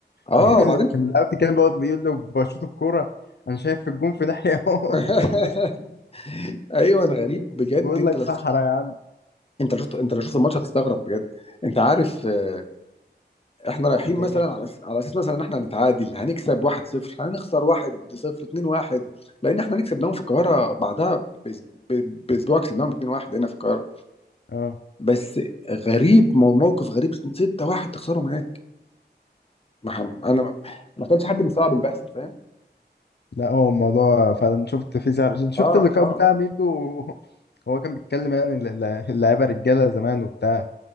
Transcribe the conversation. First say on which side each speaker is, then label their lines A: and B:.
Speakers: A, on the left; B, on the left.
A: اه
B: <laughs>
A: وبعدين
B: كان اللاعب بيتكلم بيقعد بيقول له بشوط الكوره انا شايف الجون في ناحيه <laughs> وهو
A: <laughs>
B: في ناحية.
A: ايوه انا غريب بجد
B: بيقول
A: انت
B: لك
A: لو
B: صحرا
A: شفت
B: يا عم
A: انت لو شفت انت لو شفت الماتش هتستغرب بجد انت عارف آه، احنا رايحين مثلا
B: ايه
A: على أس- على اساس مثلا ان احنا هنتعادل هنكسب 1-0 هنخسر 1-0 2-1 لان احنا هنكسب داون في القاهره بعدها بأس- ب- باسبوع كسبناهم 2-1 هنا في القاهره
B: اه
A: بس غريب مو- موقف غريب 6-1 تخسرهم هناك ما ح- انا ما ما كانش حد مستوعب اللي بيحصل فاهم
B: لا هو الموضوع فعلا شفت في زعل شفت
A: اه
B: اللقاء
A: اه
B: بتاع ميدو هو كان بيتكلم يعني ال- ال- اللعيبه رجاله زمان وبتاع